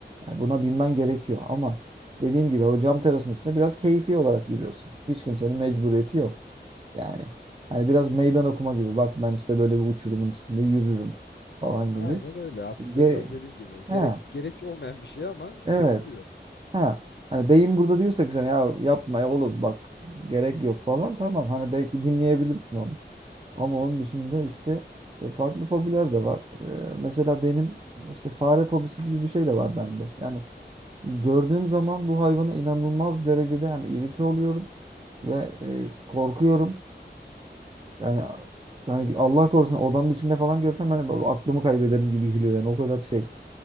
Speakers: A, on the right; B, on the left.
A: Yani buna binmen gerekiyor ama dediğim gibi o cam terasının üstünde biraz keyfi olarak yürüyorsun. Hiç kimsenin mecburiyeti yok. Yani hani biraz meydan okuma gibi. Bak ben işte böyle bir uçurumun üstünde yürürüm falan
B: Aynen
A: gibi.
B: öyle. Aslında
A: Ge
B: biraz dediğin gibi gerek
A: ha,
B: gerek olmayan bir şey ama
A: evet.
B: yapılıyor.
A: Ha. Hani beyin burada diyorsa ki sen ya yapma ya oğlum bak gerek yok falan tamam. Hani belki dinleyebilirsin onu. Ama onun dışında işte e, farklı fobiler de var. E, mesela benim işte fare fobisi gibi bir şey de var bende. Yani gördüğüm zaman bu hayvana inanılmaz derecede yani irite oluyorum ve e, korkuyorum. Yani yani Allah korusun odanın içinde falan görsem ben aklımı kaybederim gibi geliyor yani o kadar şey.